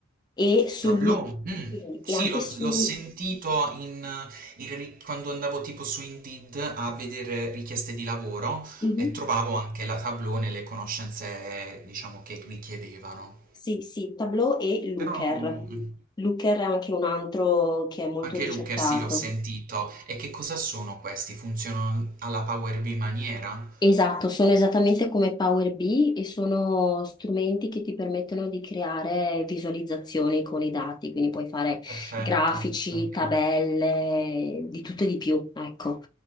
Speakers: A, on the left; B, on the right.
A: e su
B: Tablò?
A: Look
B: Mm, sì,
A: e anche
B: l'ho
A: su
B: l'ho sentito in- in ri- quando andavo tipo su Indeed a vedere richieste di lavoro
A: Mhm.
B: e trovavo anche la Tableau nelle conoscenze, diciamo, che richiedevano.
A: Sì, sì, Tableau e Looker.
B: Però mm,
A: Looker è anche un altro che è molto
B: anche
A: ricercato.
B: Looker sì, l'ho sentito. E che cosa sono questi? Funzionano alla Power BI maniera?
A: Esatto, sono esattamente come Power BI e sono strumenti che ti permettono di creare visualizzazioni con i dati, quindi puoi fare
B: Perfetto,
A: grafici,
B: ok.
A: tabelle, di tutto e di più, ecco.